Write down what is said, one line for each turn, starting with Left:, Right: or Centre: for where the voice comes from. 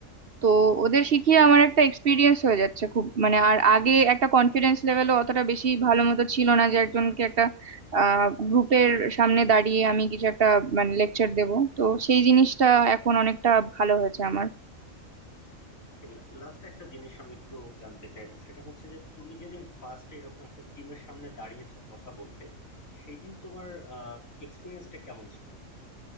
Right: তো ওদের শিখিয়ে আমার একটা এক্সপিরিয়েন্স হয়ে যাচ্ছে খুব মানে আর আগে একটা কনফিডেন্স লেভেলও অতটা বেশি ভালো মতো ছিল না যে একজনকে একটা আহ গ্রুপের সামনে দাঁড়িয়ে আমি কিছু একটা মানে লেকচার দেব তো সেই জিনিসটা এখন অনেকটা ভালো হয়েছে আমার
Left: ওকে লাস্ট একটা জিনিস আমি একটু জানতে চাইবো সেটা হচ্ছে যে তুমি যেদিন ফার্স্ট এরকম একটা টিমের সামনে দাঁড়িয়েছো কথা বলতে সেই দিন তোমার এক্সপিরিয়েন্সটা কেমন ছিল